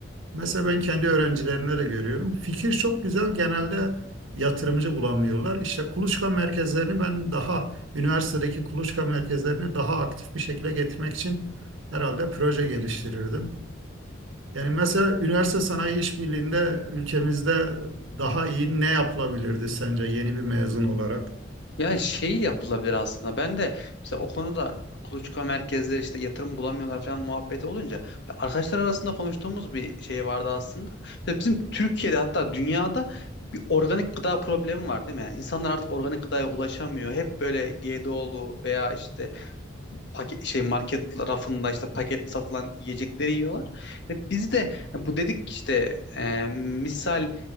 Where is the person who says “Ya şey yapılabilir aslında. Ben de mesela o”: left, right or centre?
Left